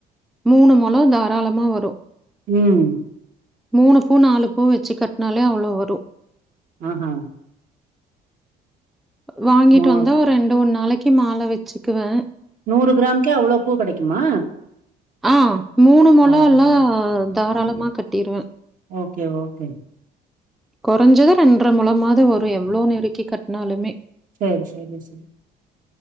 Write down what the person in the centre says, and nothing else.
மூணு மொலோ தாராளமா வரு
மூணு பூ நாலு பூ வச்சு கட்னாலே அவ்ளோ வரு
வாங்கிட்டு
வந்தா ஒரு ரெண்டு மூண் நாளைக்கு மால வச்சுக்குவே
ஆ மூணு மொழலா
தாராளமா கட்டிருவே
கொறைஞ்சது ரெண்ட்ற மொலமாது வரு எவ்ளோ நெருக்கி கட்னாலுமே